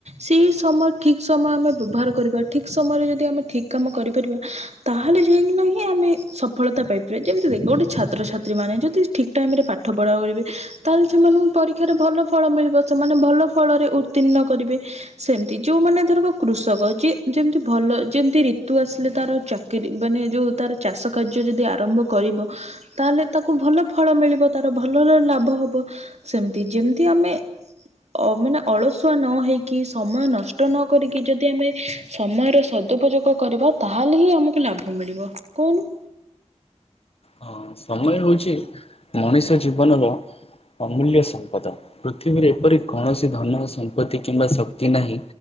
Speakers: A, on the right (about 65°); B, on the left (about 50°).
A: ସେଇ ସମୟ ଠିକ ସମୟ ଆମେ ବ୍ୟବହାର କରିବା ଠିକ ସମୟରେ ଯଦି ଆମେ ଠିକ କାମ କରିପାରିବା। ତାହେଲେ ଯାଇକିନାହିିଁ ଆମେ ସଫଳତା ପାଇପାରିବା ଯେମିତି ଦେଖ ଗୋଟେ ଛାତ୍ରଛାତ୍ରୀମାନେ ଯଦି ଠିକ ଟାଇମ୍ ରେ ପାଠ ପଢ଼ା କରିବେ ତାହେଲେ ସେମାନଙ୍କୁ ପରୀକ୍ଷାରେ ଭଲ ଫଳ ମିଳିବ। ସେମାନେ ଭଲ ଫଳରେ ଉତ୍ତୀର୍ଣ୍ଣ କରିବେ। ସେମତି ଯଉମାନେ ଧରକ କୃଷକ ଜିଏ ଯେମତି ଭଲ ଯେମତି ରିତୁ ଆସିଲେ ତାର ଚା କିରି ମାନେ ଯୋଉ ତାର ଚାଷ କାର୍ଯ୍ୟ ଯଦି ଆରମ୍ଭ କରିବ ତାହେଲେ ତାକୁ ଭଲ ଫଳ ମିଳିବ ତାର ଭଲରେ ଲାଭ ହବ ସେମିତି ଯେମିତି ଆମେ ଅ ମାନେ ଅଳସୁଆ ନ ହେଇକି ସମୟ ନଷ୍ଟ ନ କରିକି ଯଦି ଆମେ ସମୟର ସଦୁପଯୋଗ ଗ କରିବା ତାହେଲେ ହିଁ ଆମକୁ ଲାଭ ମିଳିବ କଉନୁ।
B: ହଁ ସମୟ ହଉଛି ମଣିଷ ଜୀବନର ଅମୂଲ୍ୟ ସମ୍ପଦ। ପୃଥିବୀରେ ଏପରି କୌଣସି ଧନ ସମ୍ପତ୍ତି କିମ୍ବା ଶକ୍ତି ନାହିଁ